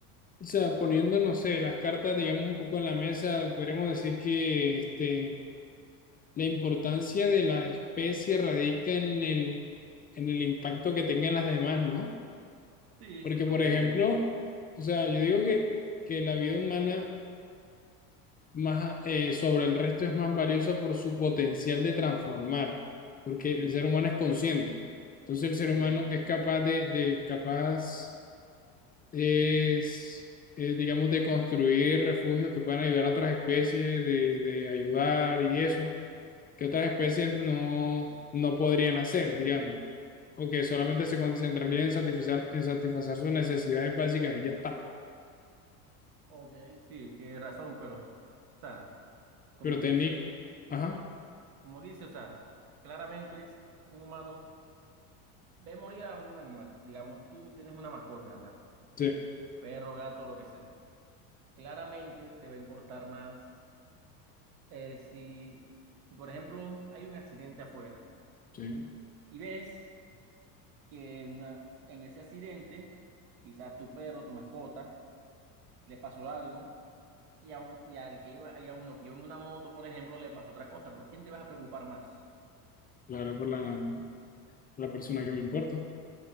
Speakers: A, on the left; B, on the right.
A: o sea, poniendo, no sé, las cartas, digamos, un poco en la mesa, podríamos decir que este, la importancia de la especie radica en el, en el impacto que tengan las demás, ¿no?
B: Sí,
A: Porque,
B: se puede
A: por
B: decir,
A: ejemplo, o sea, yo digo que, que la vida humana más, eh, sobre el resto es más valiosa por su potencial de transformar, porque
B: sí,
A: el ser humano es consciente. Entonces, el ser
B: sí,
A: humano es capaz de, de capaz es, eh, digamos, de construir refugios que puedan ayudar a otras especies, de, de ayudar y eso, que otras especies no, no podrían hacer, digamos, o que solamente
B: sí,
A: se concentrarían en satisfacer, en satisfacer sus necesidades básicas y ya está.
B: ok, sí, tienes razón, pero, o sea, como
A: Pero técnic,
B: dice.
A: ajá,
B: Como dice, o sea, claramente es un humano ve morir a un animal. Digamos, tú tienes una mascota, ¿verdad?
A: sí,
B: Perro, gato, lo que sea. Claramente te va a importar más eh, si, si, por ejemplo, hay un accidente afuera
A: sí,
B: y ves que una, en ese accidente, quizás tu perro, tu mascota, le pasó algo y, a un- y al que iba, y a uno que iba en una moto, por ejemplo, le pasó otra cosa. ¿Por quién te vas a preocupar más?
A: claro, por la, la persona que me importa,